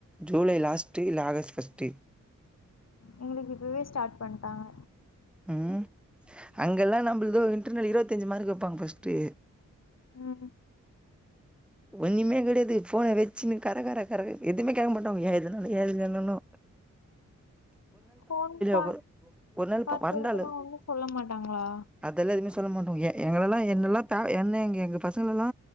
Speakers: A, in the centre; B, on the left.
A: ஜூலை லாஸ்ட்டு இல்ல ஆகஸ்ட் ஃபர்ஸ்ட்டு
B: எங்களுக்கு இப்பவே ஸ்டார்ட் பண்ட்டாங்க
A: ம் அங்கல்லா நம்மளதோ இன்டர்னல் இருவதஞ்சு மார்க் வெப்பாங்க ஃபஸ்ட்டு
B: ம்
A: ஒண்ணுமே கடையாது ஃபோன வச்சுன்னு கர கர கர எதுமே கேக்க மாட்டாங்கோ ஏ எதுனால ஏ இதுலன்னுனு
B: ஃபோன் பா
A: உக்காரு ஒரு நாள்
B: பாக்குறதுலா
A: மறந்தாலு
B: ஒண்ணு சொல்ல மாட்டாங்களா
A: அதெல்லா எதுமே சொல்ல மாட்டோங் எ எங்க எல்லா என்னெல்லா த என்ன எங்க எங்க பசங்களலா